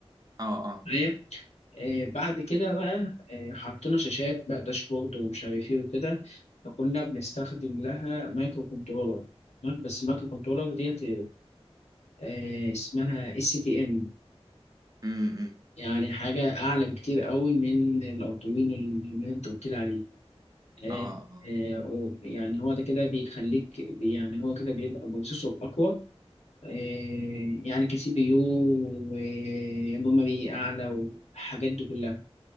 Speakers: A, on the right; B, on the left.
A: اه اه
B: معايا؟ آه بعد كده بقى آه حطينا شاشات بقى داشبورد ومش عارف إيه وكده فكنا بنستخدم لها مايكرو كنترولر تمام؟ بس المايكرو كنترولر ديت آه اسمها اس تي ام
A: امم امم
B: يعني حاجة أعلى بكتير قوي من الأردوينو اللي أنت قلت لي عليه. آه،
A: اه اه
B: آه، و- يعني هو ده كده بيخليك بي- يعني هو كده بيبقى بروسيسور أقوى آه، يعني كسي بي يو وميموري أعلى والحاجات دي كلها